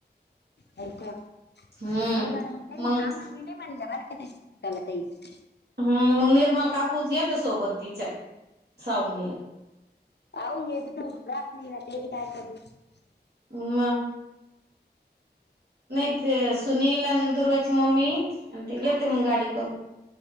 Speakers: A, on the left; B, on the right.
A: हो का! <unintelligible>
B: हम्म
A: आमाला
B: मग
A: बी नाही म्हणले. <unintelligible>
B: हम्म. मग निर्मल काकूच गेलत्या सोबत तिच्या. आउ <unintelligible>
A: अऊ हेबात महिनत हे काय कर <unintelligible> <unintelligible>
B: मग? नाही, ते सुनील दुर्गाची मम्मी आणि ते गेल ते मग गाडी करून.